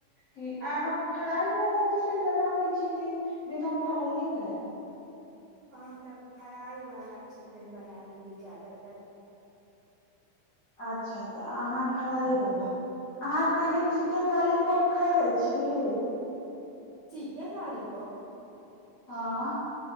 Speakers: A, on the left (about 80°); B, on the right (about 75°).
A: क अहाँ फ्राइवला चिकन बनाबै छी कि बिना फ्राइए कल
B: हम तऽ फरााइ वालला छी चिकन बनावे भी ज्यादातर
A: अच्छा तऽ अहाँ फ्राइवला अहाँ कहियौ चिकेन लॉलीपॉप खयले छी
B: चिकेन लालीपॉप
A: हँ